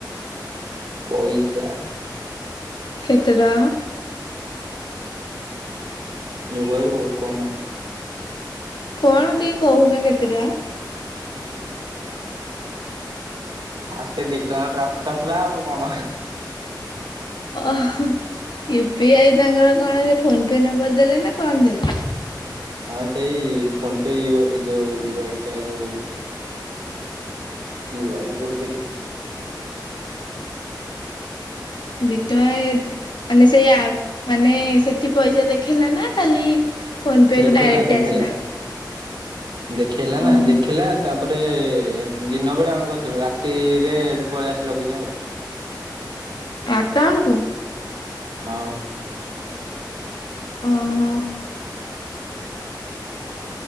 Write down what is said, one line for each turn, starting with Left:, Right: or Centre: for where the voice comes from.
Right: ପଇସା।
Left: କେତେ ଟଙ୍କା।
Right: ଜଗୁ ଭାଇର ବହୁତ କମ ଆସ୍
Left: କଣ ଟିକେ କହୁନା କେତେ ଟଙ୍କା।
Right: ଫାଷ୍ଟ ଦିଟଙ୍କା ପ୍ରାପ୍ତ ହେଲା ଆଉ କଣ।
Left: ଓଃ ୟୁ ପି ଆଇ ତାଙ୍କର କଣ ସେ ଫୋନ ପେ ନମ୍ବର ଦେଲେ ନା କଣ ଦେଲେ।
Right: ହଁ ସେଇ ଫୋନ ପେ ୟୁ ଯୋଉ ୟୁ ଆଇ ଟା ଯୋଉ ୟୁ ଆଇ ଡି କହୁଛି।
Left: ଦି ଟଙ୍କା ଏ ଦେ ମାନେ ସେଇ ଆପ ମାନେ ସେଠି ପଇସା ଦେଖେଇଲା ନା ଖାଲି ଫୋନ୍ ପେକୁ
Right: ଦେଖେଇଲା
Left: ଡାଇରେକ୍ଟ
Right: ଦେଖେଇଲା
Left: ଆସିଲା।
Right: ଦେଖେଇଲା ନା
Left: ଓହୋ
Right: ଦେଖେଇଲା ତା ତାପରେ ଦିନ ବେଳେ ଆମେ କରିଥିଲୁ, ରାତିରେ ଏଠୁ ପଳେଇ ଆସିଲା ପଇସା ଆଉ।
Left: ଆକାଉଣ୍ଟକୁୁ।
Right: ହଁ।
Left: ଓହୋ